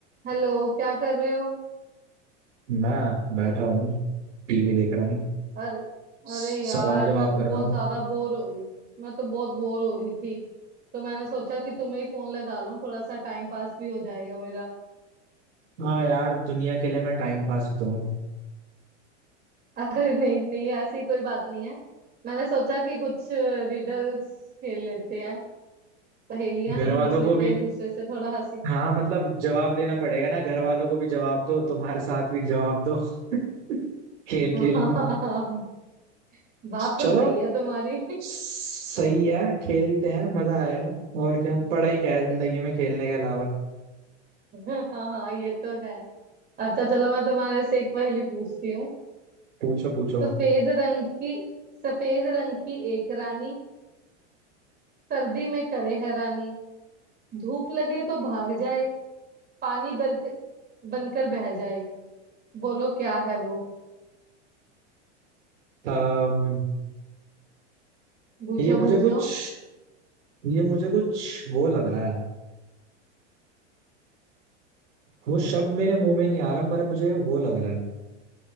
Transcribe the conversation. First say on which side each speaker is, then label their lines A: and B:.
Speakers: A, on the right; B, on the right.
A: Hello क्या कर रहे हो
B: मैं बैठा हूँ टीवी देख रहा हूँ
A: अरे
B: सवाल
A: अरे यार
B: जवाब
A: मैं तो
B: कर
A: बहुत
B: रहा हूँ
A: ज्यादा बोर हो रही मैं तो बहुत बोर हो रही थी तो मैंने सोचा कि तुम्हें ही फोन लगा लूं थोड़ा सा टाइम पास भी हो जाएगा मेरा
B: हाँ यार दुनिया के लिए मैं टाइम पास ही तो हूँ
A: <laughs> अरे नहीं नहीं ऐसी कोई बात नहीं है मैंने सोचा कि कुछ रिडल्स खेल लेते हैं पहेलियां
B: घर
A: ही पूछ
B: वालों
A: लेते
B: को भी
A: हैं एक दूसरे से थोड़ा हंसी
B: हाँ मतलब जवाब देना पड़ेगा ना घर वालों को भी जवाब दो तुम्हारे साथ भी जवाब दो <laughs> खेल
A: <laughs>
B: खेल
A: हाँ
B: में
A: बात तो
B: चलो
A: सही है तुम्हारी
B: सही है खेलते हैं मजा आएगा और क्या पढ़ाई क्या है जिंदगी
A: <laughs>
B: में खेलने के अलावा
A: हाँ हाँ ये तो है अच्छा चलो मैं तुम्हारे से एक पहेली पूछती हूँ
B: पूछो पूछो
A: सफेद रंग की सफेद रंग की एक रानी सर्दी में करे हैरानी धूप लगे तो भाग जाए पानी बरक बनकर बह जाए बोलो क्या है वो
B: अम्म
A: बूझो
B: ये मुझे
A: बूझो
B: कुछ ये मुझे कुछ वो लग रहा है वो शब्द मेरे मुंह में नहीं आ रहा पर मुझे वो लग रहा है